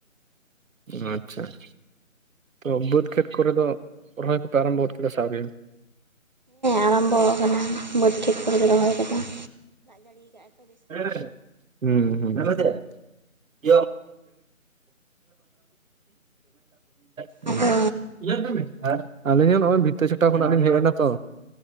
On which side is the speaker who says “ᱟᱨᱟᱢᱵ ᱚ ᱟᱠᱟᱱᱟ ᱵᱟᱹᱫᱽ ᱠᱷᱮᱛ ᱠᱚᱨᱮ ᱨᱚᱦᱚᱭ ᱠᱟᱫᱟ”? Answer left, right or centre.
Right